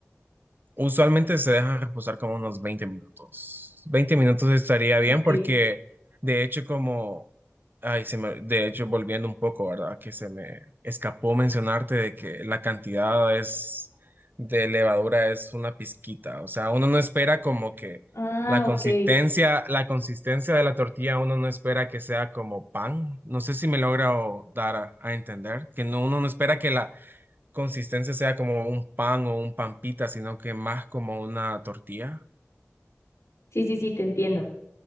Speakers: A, on the right; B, on the left.
A: Usualmente se dejan reposar como unos 20 minutos. veinte minutos estaría
B: Ok.
A: bien porque de hecho como, ay, se me, de hecho volviendo un poco, ¿verdad? Que se me escapó mencionarte de que la cantidad es de levadura es una pizquita, o sea, uno no espera como que
B: Ah,
A: la consistencia,
B: ok.
A: la consistencia de la tortilla, uno no espera que sea como pan. No sé si me logro dar a, a entender, que no, uno no espera que la consistencia sea como un pan o un pampita, sino que más como una tortilla.
B: Sí, sí, sí, te entiendo.